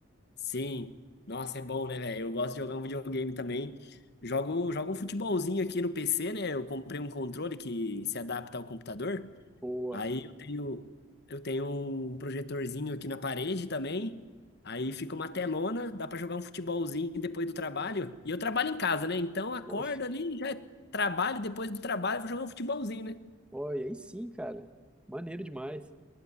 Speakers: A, on the left (about 55°); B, in the centre.
A: sim. Nossa, é bom, né, velho? Eu gosto de jogar um videogame também. Jogo, jogo um futebolzinho aqui no PC, né? Eu comprei um controle que se adapta ao computador.
B: Boa.
A: Aí eu tenho, eu tenho um projetorzinho aqui na parede também. Aí fica uma telona, dá para jogar um futebolzinho depois do trabalho. E eu trabalho em casa, né? Então acorda
B: Poxa,
A: ali, já é trabalho, depois do trabalho eu vou jogar um futebolzinho, né?
B: olha, aí sim, cara. Maneiro demais.